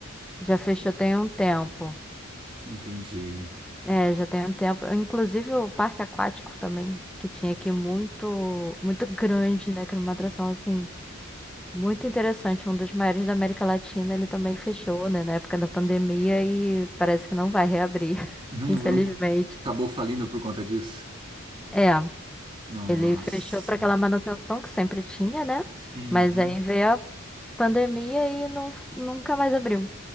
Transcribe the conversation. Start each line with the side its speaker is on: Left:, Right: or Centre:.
Centre: já fechou tem um tempo.
Right: Entendi.
Centre: É, já tem um tempo. Inclusive o parque aquático também, que tinha aqui muito, muito grande, né? Que era uma atração assim. Muito interessante, um dos maiores da América Latina, ele também fechou, né, na época da pandemia e parece que não vai reabrir, <laughs>
Right: Não,
Centre: infelizmente.
Right: não acabou falindo por conta disso?
Centre: É,
Right: Nossa.
Centre: ele fechou para aquela manutenção que sempre tinha, né?
Right: Uhum.
Centre: Mas aí veio a pandemia e não, nunca mais abriu.